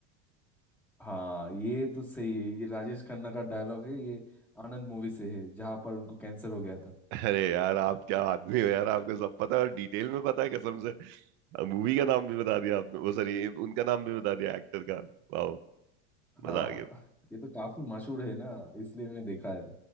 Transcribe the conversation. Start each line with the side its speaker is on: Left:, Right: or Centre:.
Centre: हाँ ये तो सही है ये राजेश खन्ना का डायलॉग है ये आनंद मूवी से है जहाँ पर उनको कैंसर हो गया था
Right: अरे यार आप क्या आदमी हो यार आपको सब पता है और डिटेल में पता है कसम से मूवी का नाम भी बता दिया आपने वो सॉरी उनका नाम भी बता दिया एक्टर का वाह
Centre: हाँ
Right: मजा आ गया
Centre: ये तो काफी मशहूर है ना इसलिए मैंने देखा है